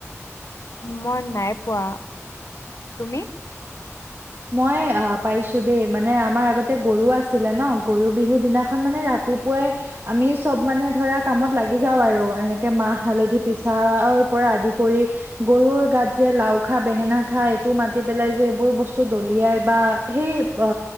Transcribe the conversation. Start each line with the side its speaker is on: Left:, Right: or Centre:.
Left: মই নাই পোৱা, তুমি?
Right: মই অ পাইছোঁ দেই। মানে আমাৰ আগতে গৰু আছিলে ন, গৰু বিহু দিনাখন মানে ৰা তিপুৱাই আমি চব মানে ধৰা কামত লাগি যাওঁ আৰু, এনেকে মাহ হালধি পিছা অৰ পৰা আদি কৰি। গৰুৰ গাত যে লাও খা, বেঙেনা খা এইটো মাতি পেলাই যে এইবোৰ বস্ তু দলিয়াই বা সেই অ